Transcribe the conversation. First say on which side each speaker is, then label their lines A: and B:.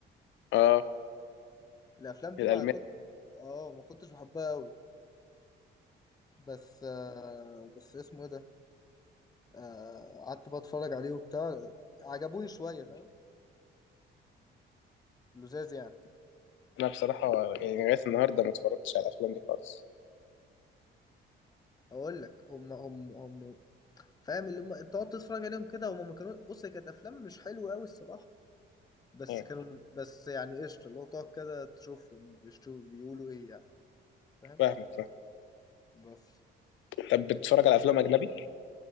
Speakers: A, on the left (about 75°); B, on the left (about 20°).
A: اه
B: الافلام دي
A: الالمان
B: ما كنت اه ما كنتش بحبها قوي بس آه بس اسمه ايه ده آه، قعدت بقى اتفرج عليه وبتاع عجبوني شويه فاهم لذاذ يعني
A: انا بصراحه يعني لغايه النهارده ما اتفرجتش على الافلام دي خالص
B: اقول لك هم هم هم فاهم اللي هم تقعد تتفرج عليهم كده هم ما كانوا بص هي كانت افلام مش حلوه قوي الصراحه بس
A: اه
B: كانوا بس يعني قشطه اللي هو تقعد كده تشوفهم بيشوف بيقولوا ايه يعني فاهم
A: فاهمك فاهم
B: بس
A: طب بتتفرج على افلام اجنبي